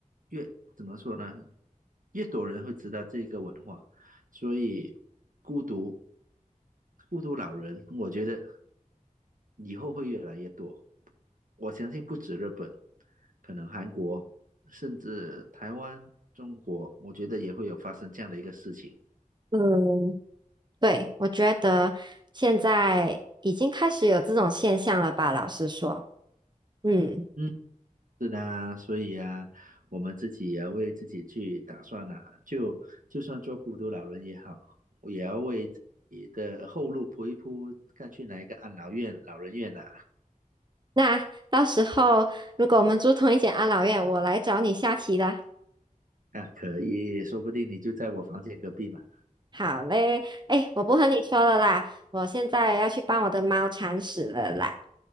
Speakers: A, on the right; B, on the right.
A: 越怎么说呢？越多人会知道这个文化，所以孤独孤独老人，我觉得以后会越来越多。我相信不止日本，可能韩国，甚至台湾、中国，我觉得也会有发生这样的一个事情。
B: 嗯，对，我觉得现在已经开始有这种现象了吧，老实说。嗯，
A: 嗯，是的，所以啊，我们自己也要为自己去打算呐、就就算做孤独老人也好，我也要为自己的后路铺一铺，看去哪一个安老院、老人院呐、
B: 那到时候如果我们住同一间安老院，我来找你下棋啦。
A: 啊。可以，说不定你就在我房间隔壁嘛。
B: 好嘞，哎，我不和你说了啦，我现在要去帮我的猫铲屎了啦。